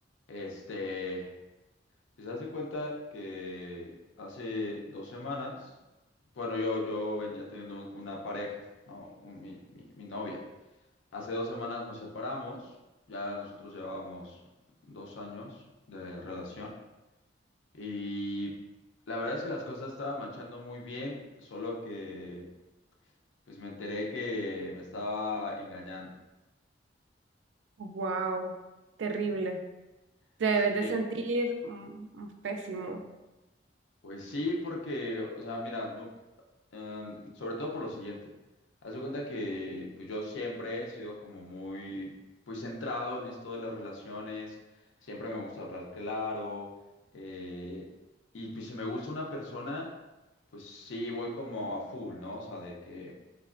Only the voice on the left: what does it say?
este... Pues haz de cuenta que hace dos semanas, bueno, yo, yo venía teniendo un- una pareja, ¿no? Un- mi, mi- mi novia. Hace dos semanas nos separamos, ya nosotros llevábamos dos años de relación y la verdad es que las cosas estaban marchando muy bien, solo que pues me enteré que me estaba engañando.
En-
Sí.
Pues sí, porque, o sea, mira, no, em, sobre todo por lo siguiente. Haz de cuenta que pues yo siempre he sido como muy pues centrado en esto de las relaciones, siempre me gusta hablar claro, eh, y pues si me gusta una persona, pues sí voy como a full, ¿no? O sea, de que